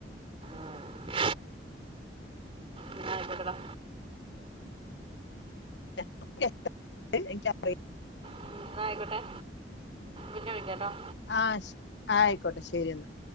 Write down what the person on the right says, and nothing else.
ആഹ് ഇന്നാ അയ് കോട്ടെ ടാ
ഉം ന്നാ അയ്ക്കോട്ടെ പിന്നെ വിളിക്കാംട്ടോ